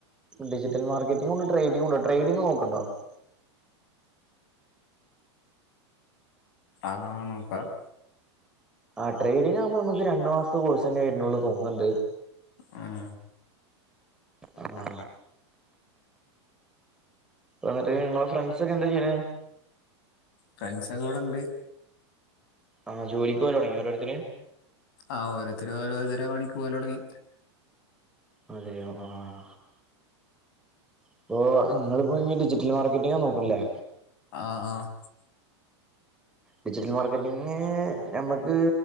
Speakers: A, in the centre; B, on the left.
A: ഡിജിറ്റൽ മാർക്കറ്റിങ്ങുണ്ട് ട്രേഡിങ്ങൂണ്ട് ട്രേഡിങ്ങ് നോക്കുന്നുണ്ടോ
B: ആഹ് നോക്കണം
A: ആഹ് ട്രേഡിങ് ആകുമ്പോ നമുക്ക് രണ്ട് മാസത്തെ കോഴ്സന്നെ വരുണൊള്ളൂ തോന്ന്ണ്ട്
B: ഉം
A: ആ എന്നിട്ട് ഇങ്ങളെ ഫ്രണ്ട്സ് ഒക്കെന്താ ചെയ്യ്ണ്
B: ഫ്രണ്ട്സ് ഒക്കെ ഇവിടെണ്ട്
A: ആഹ് ജോലിക്ക് പോവല് തൊടങ്ങ്യോ ഓരോര്ത്തര്
B: ആഹ് ഓരോരുത്തര് ഓരോരുത്തര് പണിക്ക് പോവല് തുടങ്ങി
A: അതെയോ ഉം ഇപ്പൊ ഇങ്ങളിപ്പോ ഇഞ്ഞി ഡിജിറ്റൽ മാർക്കറ്റിങ്ങാ നോക്ക്ണ്ല്ലേ
B: ആഹ് ആഹ്
A: ഡിജിറ്റൽ മാർക്കറ്റിംഗിന് ഞമ്മക്ക്